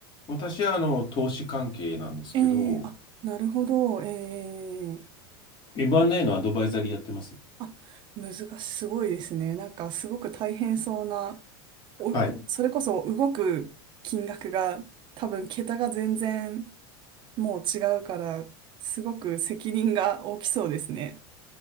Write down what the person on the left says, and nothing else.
私は、あの、投資関係なんですけど、
M&A のアドバイザリーやってます。
はい